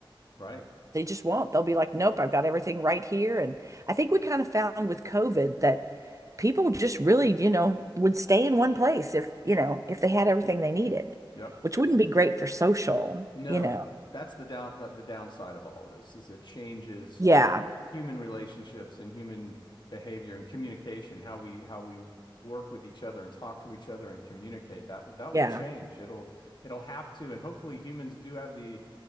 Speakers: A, on the left; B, on the right.
A: right?
B: They just won't. They'll be like, nope, I've got everything right here. And I think we kind of found with COVID that people just really, you know, would stay in one place if, you know, if they had everything they needed,
A: Yep.
B: which wouldn't be great for social,
A: No,
B: you know.
A: that's the down the, the downside of all of this is it changes.
B: Yeah.
A: human relationships and human behavior and communication, how we how we work with each other and talk to each other and communicate. That that
B: Yeah.
A: will change. It'll it'll have to, and hopefully humans do have the